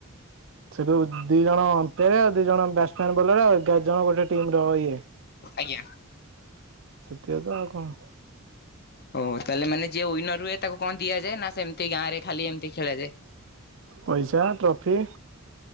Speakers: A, on the right; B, on the left.
A: ସେଠୁ ଦି ଜଣ ଅମ୍ପେୟାର ଆଉ ଦି ଜଣ ବ୍ୟାଟସମ୍ୟାନ ବୋଲର ଏଗାର ଜଣ ଗୋଟେ ଟିମ ର ଇଏ
B: ଆଜ୍ଞା।
A: ସେଥିକ ତ ଆଉ କଣ।
B: ହଁ ଓ ତାହେଲେ ମାନେ ଯିଏ ୱିନର ହୁଏ ତାକୁ କଣ ଦିଆଯାଏ ନା ସେମିତି ଗାଁରେ ଖାଲି ଏମିତି ଖେଳାଯାଏ।
A: ପଇଶା ଟ୍ରଫି।